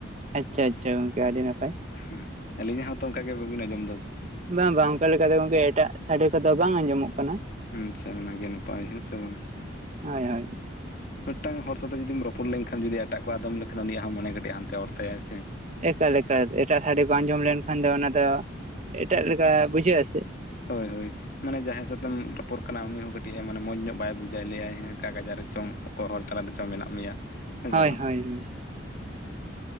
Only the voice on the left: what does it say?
ᱦᱚᱸ ᱟᱹᱞᱤᱧ-ᱟᱜ ᱦᱚᱸᱛᱚ ᱚᱝᱠᱟ ᱜᱮ ᱵᱟᱵᱤᱱ ᱟᱸᱡᱚᱢ ᱫᱟ
ᱦᱚᱸ ᱟᱪᱷᱟ ᱚᱱᱟ ᱜᱮ ᱱᱟᱯᱟᱭ ᱦᱮᱸ ᱥᱮ ᱵᱟᱝ
ᱢᱤᱫᱴᱟᱝ ᱦᱚᱲ ᱥᱟᱛᱮ ᱡᱩᱫᱤᱢ ᱨᱚᱯᱚᱲ ᱞᱮᱱᱠᱷᱟᱱ ᱡᱩᱫᱤ ᱮᱴᱟᱜ ᱟᱫᱚᱢ ᱞᱮᱠᱷᱟᱱ ᱩᱱᱤᱭᱟᱜ ᱦᱚᱸ ᱢᱚᱱᱮ ᱠᱟᱹᱴᱤᱡ ᱦᱟᱱᱛᱮ ᱚᱨ ᱛᱟᱭᱟᱭ ᱦᱮᱸ ᱥᱮ
ᱦᱚᱭ-ᱦᱚᱭ ᱢᱟᱱᱮ ᱡᱟᱦᱟᱸᱭ ᱥᱟᱛ ᱮᱢ ᱨᱚᱯᱚᱲ ᱠᱟᱱᱟ ᱩᱱᱤ ᱦᱚᱸ ᱠᱟᱹᱴᱤᱡ ᱢᱚᱸᱡᱽ ᱧᱚᱜ ᱵᱟᱭ ᱵᱩᱡᱷᱟᱹᱣᱟ ᱞᱟᱹᱭᱼᱟᱭ ᱦᱮᱸ ᱚᱠᱟ ᱜᱟᱸᱡᱟᱲ ᱨᱮ ᱪᱚᱝ ᱚᱠᱚᱭ ᱦᱚᱲ ᱛᱟᱞᱟ ᱨᱮ ᱪᱚᱝ ᱢᱮᱱᱟᱜ ᱢᱮᱭ-ᱟ ᱦᱮᱸ ᱥᱮ
ᱵᱟᱝ